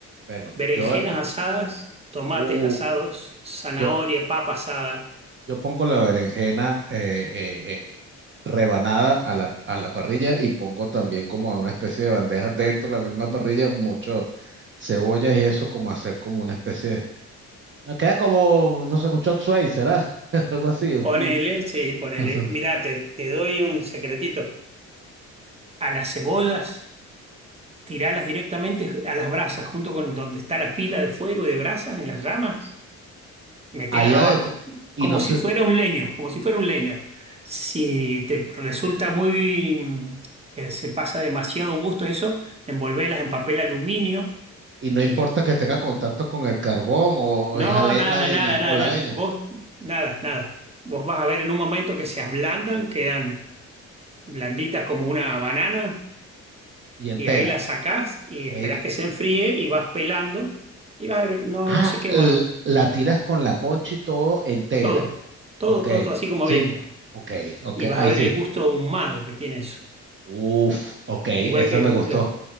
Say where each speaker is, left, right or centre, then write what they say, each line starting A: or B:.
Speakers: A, on the right (about 40°); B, on the right (about 20°).
A: bueno,
B: Berenjenas
A: yo, eh,
B: asadas, tomates
A: uh,
B: asados, zanahoria,
A: yo,
B: papa asada.
A: yo pongo la berenjena eh, eh, eh, rebanada a la, a la parrilla y pongo también como en una especie de bandeja dentro de la misma parrilla, mucho cebollas y eso como hacer como una especie de... Me queda como, no sé, un chop suey, ¿será? <laughs> Algo así.
B: Ponele,
A: un-
B: sí, ponele.
A: <laughs>
B: Mirá, te, te doy un secretito. A las cebollas, tiralas directamente a las brasas, junto con donde está la pila de fuego y de brasas en las llamas. Metelas
A: ahí adentro.
B: abajo,
A: Y
B: como
A: no sé,
B: si fuera un leño, como si fuera un leño. Si te resulta muy, mm, que se pasa demasiado gusto eso, envolvelas en papel aluminio
A: y no
B: y
A: importa que tenga contacto con el carbón o,
B: no,
A: o es ale-
B: nada,
A: la leña
B: nada, nada,
A: o la
B: nada.
A: leña
B: Vos, nada, nada. Vos vas a ver en un momento que se ablandan, quedan blanditas como una banana
A: y entera.
B: Y ahí la sacás y esperás
A: e
B: que se enfríe y vas pelando y vas a ver, no,
A: Ah,
B: no se quema
A: l- la tiras con la concha y todo entera.
B: todo, todo,
A: Ok,
B: todo, todo así como
A: sí,
B: viene.
A: ok, ok,
B: Y vas
A: ahí
B: a ver
A: sí.
B: el gusto ahumado que tiene eso.
A: Uf, ok,
B: Igual
A: esa
B: que
A: me
B: los,
A: gustó.